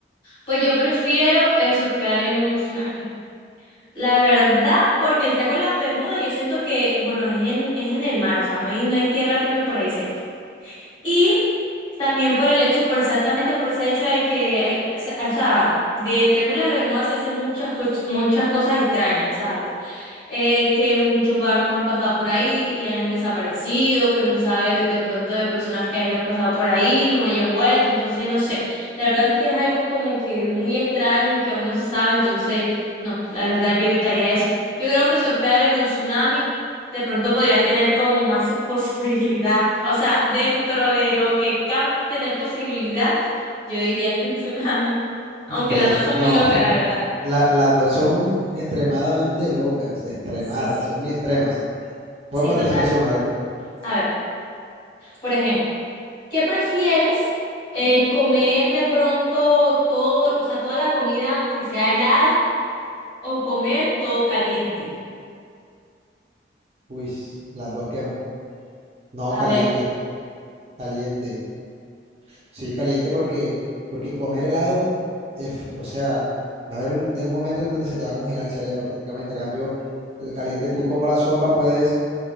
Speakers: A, on the left (about 30°); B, on the right (about 35°).
A: Pues yo prefiero eh, surfear en un tsunami. La verdad, porque el Triángulo de las Bermudas yo siento que, bueno, es en, es en el mar, o sea, no hay, no hay tierra firme por ahí cerca. Y también por el hecho, por exactamente por ese hecho de que, hay, o sea, del Triángulo de Bermuda se dicen muchas, co- muchas cosas extrañas, ¿sabes? Eh, que muchos barcos han pasado por ahí y han desaparecido, que no se sabe de pronto de personas que hayan pasado por ahí, no hayan vuelto, entonces no sé. La verdad es que es algo como que muy extraño y que aún no se sabe, entonces no, la verdad yo evitaría eso. Yo creo que surfear en un tsunami de pronto podría tener como más <laughs> posibilidad. O sea, dentro de lo que cabe tener posibilidad, yo diría que un tsunami. Aunque
B: ves,
A: las dos son
B: no,
A: muy locas, la verdad.
B: la- las dos son extremadamente locas, extremadas,
A: Sí, sí,
B: son muy extremas. Ponme
A: sí,
B: otra
A: total.
B: situación, a ver.
A: A ver, por ejemplo, ¿qué prefieres? Eh, ¿comer de pronto todo, o sea, toda la comida que sea helada o comer todo caliente?
B: Uy, las dos quemo. No,
A: A
B: caliente,
A: ver,
B: caliente. Sí, caliente porque, porque comer helado, es- o sea, va a haber un, en un momento en donde se te va a congelar el cerebro prácticamente. A cambio, el caliente tú como la sopa puedes